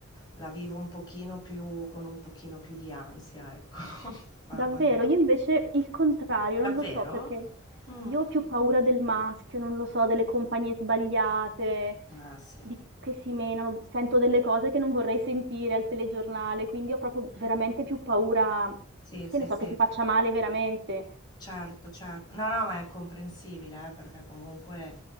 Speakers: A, on the left; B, on the right.
A: la vivo un pochino più, con un pochino più di ansia, ecco. <laughs> Mamma
B: Davvero,
A: mia.
B: io invece il contrario,
A: Davvero?
B: non lo so perché
A: Mm.
B: io ho più paura del maschio, non lo so, delle compagnie sbagliate,
A: Ah, sì.
B: di- che si menano, sento delle cose che non vorrei sentire al telegiornale, quindi ho proprio veramente più paura,
A: Sì,
B: che
A: sì,
B: ne so,
A: sì.
B: che ti faccia male veramente.
A: Certo, certo. No, no, ma è comprensibile, eh, perché comunque